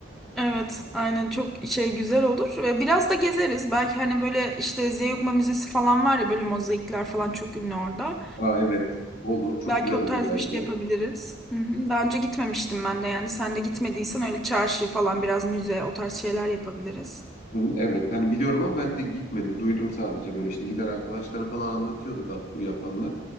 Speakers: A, in the centre; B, on the left.
A: Evet, aynen çok şey güzel olur ve biraz da gezeriz. Belki hani böyle işte Zeugma Müzesi falan var ya böyle mozaikler falan çok ünlü orada.
B: Aa evet olur. Çok
A: Belki
B: güzel
A: o
B: olur
A: tarz
B: bence.
A: bir şey yapabiliriz. Hı hı. Daha önce gitmemiştim ben de yani sen de gitmediysen öyle çarşı falan biraz müze o tarz şeyler yapabiliriz.
B: Hı hı, Evet hani biliyorum ama ben de gitmedim. Duydum sadece böyle işte giden arkadaşları falan anlatıyorduk Abdur yapanlar.